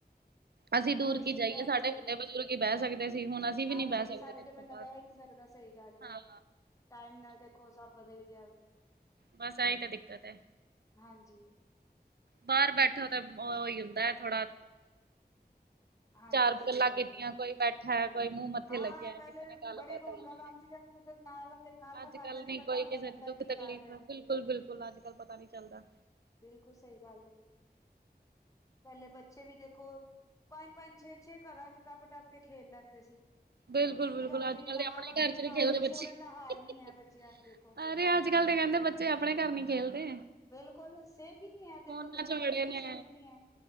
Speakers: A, on the right; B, on the left.
A: ਅਸੀਂ ਦੂਰ
B: ਉਹ ਏ
A: ਕੀ
B: ਸੀ
A: ਜਾਈਏ
B: ਚ ਬਹਿ
A: ਸਾਡੇ
B: ਨੀ ਸਕਦੇ
A: ਵੱਡੇ ਬਜ਼ੁਰਗ ਹੀ ਬਹਿ ਸਕਦੇ ਸੀ ਹੁਣ ਅਸੀਂ ਵੀ
B: ਹਾਂਜੀ
A: ਨੀ ਬਹਿ ਸਕਦੇ
B: ਸਾਡੇ
A: ਦੇਖੋ
B: ਚ ਬੰਦਾ
A: ਬਾਹਰ
B: ਬਹਿ ਹੀ ਨੀ ਸਕਦਾ ਸਹੀ ਗੱਲ
A: ਹਾਂ
B: ਏ ਟਾਈਮ ਨਾਲ ਦੇਖੋ ਸਭ ਬਦਲ ਗਿਆ ਵੀ
A: ਬਸ ਆਹੀ ਤਾਂ ਦਿੱਕਤ ਐ
B: ਹਾਂਜੀ
A: ਬਾਹਰ ਬੈਠੋ ਤੇ ਉਹੀ ਹੁੰਦਾ ਐ ਥੋੜਾ
B: ਹਾਂਜੀ
A: ਚਾਰ
B: ਸਹੀ
A: ਗੱਲਾਂ ਕੀਤੀਆਂ
B: ਗੱਲ ਹੈ
A: ਕੋਈ ਬੈਠਾ ਕੋਈ ਮੂੰਹ ਮੱਥੇ
B: ਹਾਂ
A: ਲੱਗਿਆ
B: ਪਹਿਲੇ
A: ਕਿਸੇ ਨਾਲ ਗੱਲਬਾਤ
B: ਬੜੀ ਰੌਣਕਾਂ
A: ਹੋਈ
B: ਲਾਉਂਦੀ
A: ਐ
B: ਜਾਏਗਾ ਤੇ ਨਾਲ ਵਾਲੇ ਨਾਲ
A: ਅੱਜ
B: ਦਾ
A: ਕੱਲ
B: ਘਰ ਦਾ ਨੀ
A: ਨ
B: ਪਤਾ
A: ਕੋਈ
B: ਹੁੰਦਾ
A: ਕਿਸੇ
B: ਬੰਦਾ
A: ਦੇ ਦੁੱਖ
B: ਕੀ
A: ਤਕਲੀਫ਼
B: ਕਰ ਰਿਹਾ
A: ਹੈ ਬਿਲਕੁਲ ਬਿਲਕੁਲ ਅੱਜ ਕੱਲ ਪਤਾ ਨੀ ਚੱਲਦਾ
B: ਬਿਲਕੁਲ ਸਹੀ ਗੱਲ ਪਹਿਲੇ ਬੱਚੇ ਵੀ ਦੇਖੋ ਪੰਜ ਪੰਜ ਛੇ ਛੇ ਘਰਾਂ ਚ ਟੱਪ ਟੱਪ ਕੇ ਖੇਲ ਲੈਂਦੇ ਸੀ
A: ਬਿਲਕੁਲ ਬਿਲਕੁਲ
B: ਤੁਸੀਂ
A: ਅੱਜ ਕੱਲ
B: ਨਾਲ
A: ਦੇ ਆਪਣੇ
B: ਵਾਲੇ
A: ਘਰ ਚ
B: ਦੇ
A: ਨਹੀਂ ਖੇਲਦੇ
B: ਵੀ
A: ਬੱਚੇ
B: ਛੋੜਨ
A: ਹੀ
B: ਦਾ ਹਾਲ
A: ਹੀ
B: ਨੀ ਹੈ ਬੱਚਿਆਂ ਨੂੰ ਦੇਖੋ
A: ਅਰੇ ਅੱਜ ਕੱਲ ਤਾਂ ਕਹਿੰਦੇ ਬੱਚੇ ਅਪਣੇ ਘਰ ਨੀ ਖੇਲਦੇ
B: ਬਿਲਕੁਲ ਸੇਫ ਹੀ ਨਹੀਂ ਐ ਦੇਖੋ
A: ਫੋਨਾਂ
B: ਬੱਚਾ
A: ਚ
B: ਕਿੱਥੇ
A: ਵੜੇ
B: ਵੀ
A: ਨੇ।
B: ਸੇਫ ਈ ਨੀ ਐ